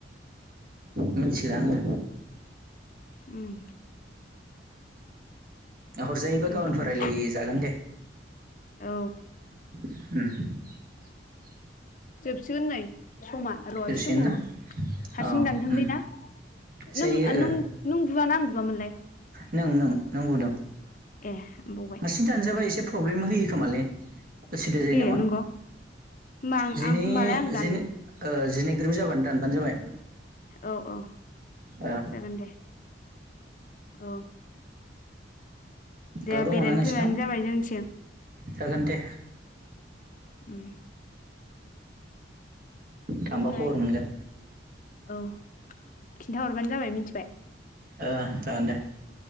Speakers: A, on the right; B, on the left.
A: मिथिला आङो।
B: उम।
A: हरजायोबा
B: ओमफ्राय
A: गाबोन रायलाय जागोन दे।
B: औ।
A: <unintelligible>
B: जोबसिगोन नै समा र' एसे
A: दसेनो
B: दंबावो
A: ना
B: हारसिं
A: औ
B: जानथोंलै
A: उम
B: ना।
A: जायो
B: नों
A: ओ
B: - नों बुयाना आं बुयामोन।
A: नों - नों नंगौ दं
B: ए बावबाय
A: हारसिं दानजाबाय एसे। प्रब्लेम होयो खोमालै। उसुबिदा जायो
B: ए
A: नामा
B: नंगौ होमबा आं
A: जिनै-
B: आं होमबालाय आं दान
A: दिनै ओ जिनै ग्रोब जाबानो। दानबानो जाबाय।
B: औ- औ
A: ओ
B: जागोन दे औ। दे
A: दाव दङना
B: बेरायनो
A: नोंसिनाव
B: फैबानो जाबाय जोंनिथिं
A: जागोन दे।
B: उम।
A: थांबा
B: ओमफ्राय
A: खबर मोनगोन।
B: औ खिन्थाहरबानो जाबाय मिथिबाय
A: ओ जागोन दे